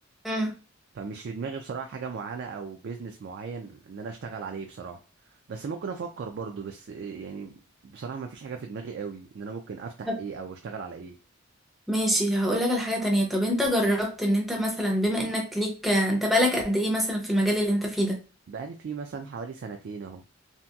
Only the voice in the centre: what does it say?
امم
طب
ماشي هقول لك على حاجة تانية طب انت جربت ان انت مثلا بما انك ليك انت بقالك قد ايه مثلا في المجال اللي انت فيه ده